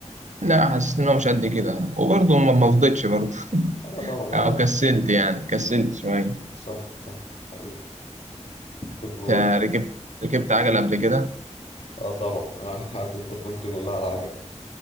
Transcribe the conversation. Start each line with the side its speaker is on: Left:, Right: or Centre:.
Right: لا حسيت ان هو مش قد كده وبرضه ما ما
Left: أكيد
Right: فضيتش برضه
Left: آه
Right: <laughs>
Left: طبعا آه
Right: او كسلت يعني كسلت شويه
Left: صح صح حقيقي طب
Right: انت ركبت ركبت عجله قبل كده
Left: اه طبعا انا <laughs> عدت طفولتي كلها على عجل